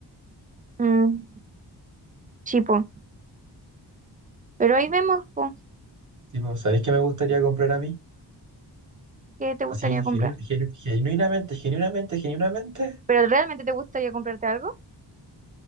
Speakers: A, on the right; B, on the right.
A: mm, sí, po. Pero ahí vemos, po,
B: Sí, pues, ¿sabéis qué me gustaría comprar a mí?
A: qué te gustaría
B: Así,
A: comprar.
B: genu- genu- genuinamente, genuinamente, genuinamente.
A: ¿Pero realmente te gustaría comprarte algo?